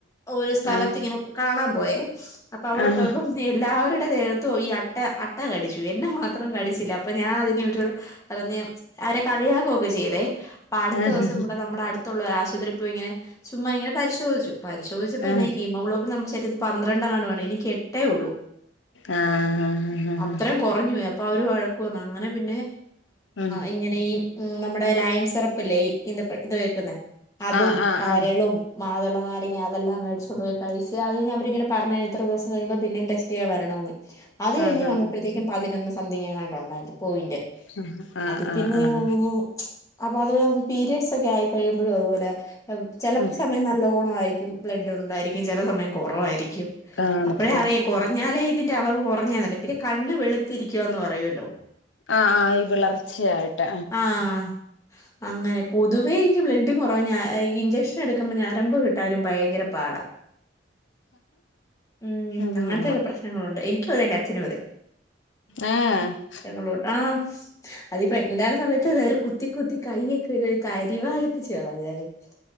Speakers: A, on the left (about 20°); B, on the left (about 80°).
A: ഒരു സ്ഥലത്ത്
B: ആഹ്
A: ഇങ്ങനെ കാണാൻ പോയേ അപ്പൊ അവിടെ
B: ആഹ്
A: പോയപ്പം എല്ലാവരുടെ ദേഹത്തോ ഈ അട്ട അട്ട കടിച്ചു എന്നെ മാത്രം കടി ഞാൻ അതിനന് വീട്ട പറഞ്ഞഞ് അവരെ കളിയാക്കുവൊക്കെ ചെയ്തേ അപ്പൊ അടുത്ത
B: ആഹ്
A: ദിവസം കൂടെ നമ്മുടെ അടുത്തുള്ള ഒരു ആശുപത്രിപ്പോയി ഇങ്ങനെ ചുമ്മങ്ങനെ പരിശോധിച്ചു പശോധിച്ചപ്പോ
B: ആഹ്
A: എന്ന ഹീമോഗ്ലോബി നമ്മടെ ശരീ പന്ത്രണ്ടെങ്ങാണ്ടോ ആണ് എനിക്ക് എട്ടേ ഉള്ളൂ
B: ആഹ് ആഹ് ആഹ് ആഹ് ആഹ്
A: അത്രയും കുറഞ്ഞു പോയി അപ്പൊ അവര് വഴ ക് അങ്ങനെ പിന്നെ
B: ഉം
A: ഇങ്ങനെ ഈ നമ്മടെ ലയൻ സെറപ്പല്ലേ ഈ ഇ ഇത് വക്കുന്ന അതും
B: ആഹ് ആഹ്
A: കരളും
B: ആഹ്
A: മാതള നാരങ്ങ അതെല്ല മേടിച്ചച്ച് കൊണ്ടോയി കഴിച്ച അത് ഞാ അവരിങ്ങന പറഞ്ഞ ഇത്രിവസം കഴിയ്പൾ പിന്നിം വരണമന്ന് അത് കഴിഞ്ഞ്
B: ആഹ്
A: വന്നപ്പോഴത്തേക്കും പതിനൊന്ന് സംതിങ്ങാണ്ടുണ്ടായിത് പോയിന്റ്
B: ആഹ്
A: അത് പിന്നെ
B: ആഹ് ആഹ്
A: ഇങ്ങനെ അപ്പൊ അതു പീരയഡ്സ് ഒക്കെ ആയി കഴിയുമ്പോഴും അതുപോലെ ചിലപ്പോ
B: ആഹ്
A: സമയം നല്ലോണം ആയിരിക്കും ബ്ലഡ് ഉണ്ടായിരിക്കും ചില സമയം കുറവായിരിക്കും
B: കാണത്തില്ല
A: അപ്പഴേ അറിയാം കൊറേ ഞ്ഞാലേ ഇതിന്റെ അളവ് കുറഞ്ഞന്നണ്ട് പിന്നെ കണ്ണ് വെളുത്തിരിക്കുവയന്ന് പറയല്ലോ
B: ആഹ് ആഹ് ഈ വിളർച്ചയായിട്ട്
A: ആഹ് അങ്ങനെ പൊതുവേ എനിക്ക് ബ്ലഡ് കൊറവ ഇഞ്ചെക്ഷൻ എടുക്കുമ്പോ ഞരമ്പ് കിട്ടാനും ഭയങ്കര പാടാ ഉം
B: അത്
A: അങ്ങനത്തെയൊക്കെ
B: കൊള്ളാം
A: പ്രശ്ന- ങ്ങളണ്ട് എനക്കും അതെ എന്റെ അച്ഛനും അതെ
B: ആഹ്
A: ങ്ങളണ്ട് ആ അതിപ്പ എന്താണ് സമയത്ത് കുത്തി കുത്തി കയ്യൊക്കെ ഒരു കരിവാളിച് കളഞ്ഞായിരുന്നു